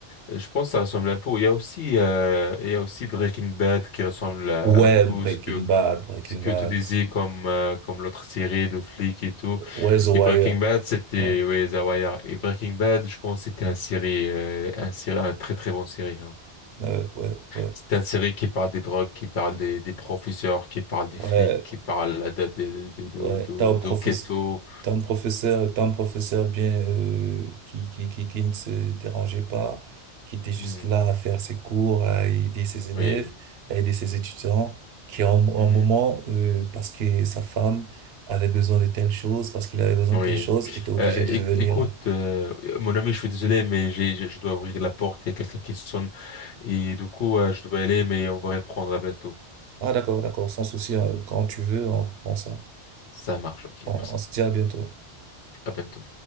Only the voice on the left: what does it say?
Et je pense que ça ressemble un peu. Il y a aussi, euh, il y a aussi Breaking Bad qui ressemble à-
un peu
à ce que
ce que
tu disais comme euh, comme l'autre série de flics et tout.
Et Breaking Bad, c'était
ouais, The Wire. Et Breaking Bad, je pense, c'était un série, euh, un série, un très très bon série. hein.
C'était un série qui parle des drogues, qui parle des, des professeurs, qui parle des
flics, qui parle de de de de
de,
de ghetto.
Hmm,
Oui.
hmm,
Oui.
Euh,
éc-
écoute, euh, mon ami, je suis désolé, mais j'ai, j'ai- je dois ouvrir la porte. Il y a quelqu'un qui sonne. Et du coup, euh, je dois aller, mais on va reprendre à bientôt.
Ça marche, ok,
merci.
À bientôt.